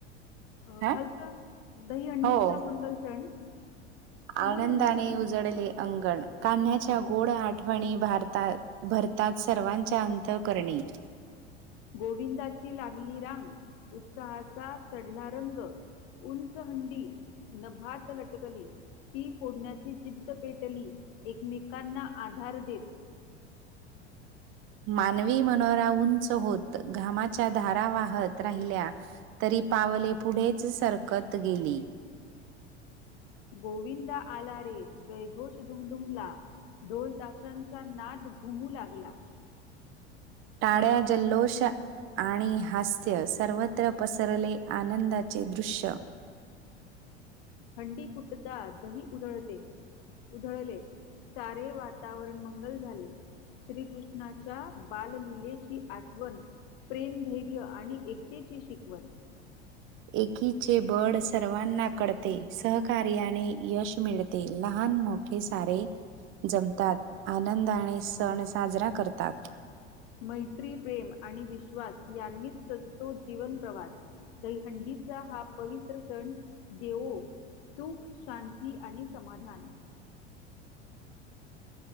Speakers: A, on the left (about 55°); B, on the right (about 35°).
A: अ
B: हा
A: खालच दहीहंडीचा
B: हो
A: मंगल सण ते
B: आनंदाने
A: बोलू ना मी?
B: उजळले अंगण,
A: पण
B: कान्ह्याच्या
A: हां.
B: गोड आठवणी भारता भरतात सर्वांच्या अंतःकरणी.
A: गोविंदाची लागली रांग, उत्साहाचा चढला रंग उंच हंडी नभात लटकली ती फोडण्याची जिद्द पेटली एकमेकांना आधार देत.
B: मानवी मनोरा उंच होत घामाच्या धारा वाहत राहिल्या. तरी पावले पुढेच सरकत गेली.
A: गोविंदा आला रे जयघोष दुमदुमला ढोल ताशांचा नाद घुमू लागला.
B: टाळ्या जल्लोष आणि हास्य, सर्वत्र पसरले आनंदाचे दृश्य.
A: हंडी फुटता दही उधळते उधळले, सारे वातावरण मंगल झाले. श्रीकृष्णाच्या बाललीलेची आठवण. प्रेम, धैर्य, आणि एकतेची शिकवण.
B: एकीचे बळ सर्वांना कळते, सहकार्याने यश मिळते, लहान मोठ मोठे सारे जमतात, आनंदाने सण साजरा करतात.
A: मैत्री, प्रेम, आणि विश्वास, यांनीच सजतो जीवन प्रवास. दहिहंडीचा हा पवित्र सण, देवो सुख, शांती, आणि समाधान.